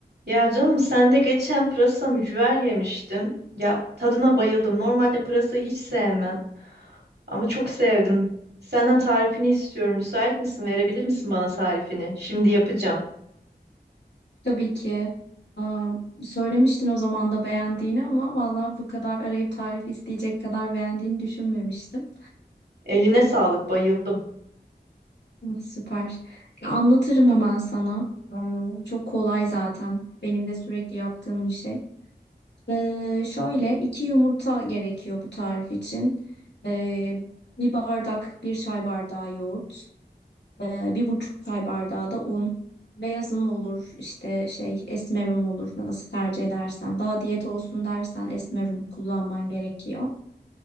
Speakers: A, on the right (about 75°); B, on the left (about 90°).
A: Ya canım sen de geçen pırasa mücver yemiştim. Ya tadına bayıldım. Normalde pırasayı hiç sevmem ama çok sevdim. Senden tarifini istiyorum. Müsait misin? Verebilir misin bana tarifini? Şimdi yapacağım.
B: Tabii ki. Aa, söylemiştin o zaman da beğendiğini ama valla bu kadar arayıp tarif isteyecek kadar beğendiğini düşünmemiştim.
A: Eline sağlık, bayıldım.
B: Hı, Süper. Ya, Anlatırım hemen sana. Ee, Çok kolay zaten. Benim de sürekli yaptığım bir şey. Ee, şöyle iki yumurta gerekiyor bu tarif için. Ee, bir bardak, bir çay bardağı yoğurt. Ee, bir buçuk çay bardağı da un. Beyaz un olur, işte şey esmer un olur. Nasıl tercih edersen. Daha diyet olsun dersen esmer un kullanman gerekiyor.